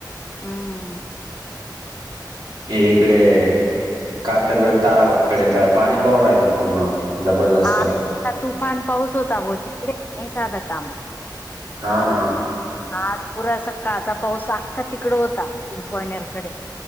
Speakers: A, on the left; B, on the right.
A: हम्म
B: इकडे कातरवेल ताराभातकडे तर पाणी वावरायला पूर्ण जबरदस्त
A: आज तुफान पाऊस होता ग तिकडे साधं काम
B: का ना
A: आज पुरा अस काळचा पाऊस अख्खा तिकड होता पिंपळणेरकडे